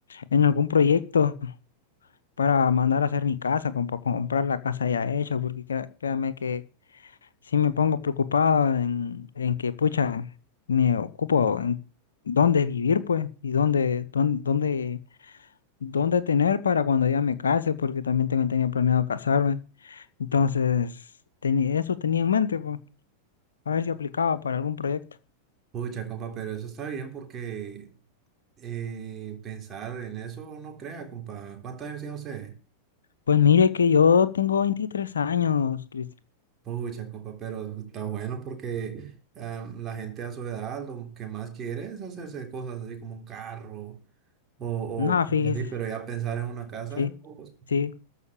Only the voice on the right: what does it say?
Pucha, compa, pero eso está bien porque eh, pensar en eso no crea, compa. ¿Cuántos años tiene usted?
Pucha, compa, pero está bueno porque ah, la gente a su edad lo que más quiere es hacerse cosas así como un carro o,
o cosas
así, pero ya pensar en una casa,
pocos.